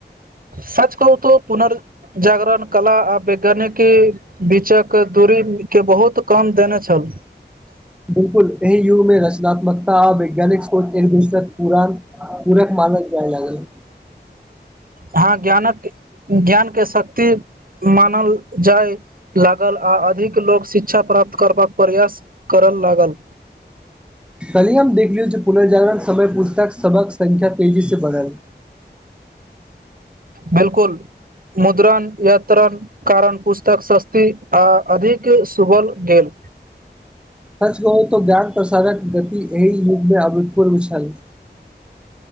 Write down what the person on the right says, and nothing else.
सच कहू त पुनर्जागरण कला आ वैज्ञानिकी बीचक दूरी के बहुत कम देने छल
हँ ज्ञानक ज्ञानके शक्ति मानल जाय लागल आ अधिक लोक शिक्षा प्राप्त करबाक प्रयास करय लागल
बिलकुल मुद्रण यात्रण कारण पुस्तक सस्ती आ अधिक सुभल गेल